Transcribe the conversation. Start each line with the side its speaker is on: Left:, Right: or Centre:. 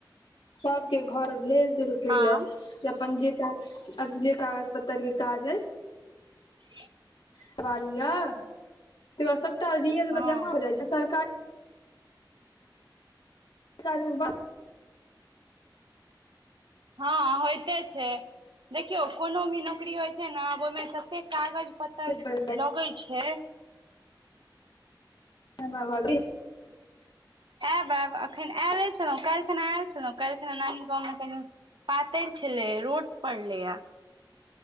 Left: सबके घर भेज देलकै
Right: हँ
Left: या जे अपन जे अब जे कागज पत्तर के काज अछि
Right: ह <inaudible>
Left: करबा लिय तय बाद सबटा रियलमे
Right: हँ
Left: जमा हो जाइ छै सरकार सरकारमे बड्ड
Right: हँ होयते छै देखियौ कोनो भी नौकरी होइ छै ने आब ओहिमे तते कागज पत्तर
Left: बड़
Right: लगैत छै
Left: हँ ब भलस <inaudible>
Right: आयब आब एखन आयले छलहुँ काल्हि खना आयल छलहुँ काल्हि खना नानी गाँवमे कनि पातरि छलै रोट पड़लैय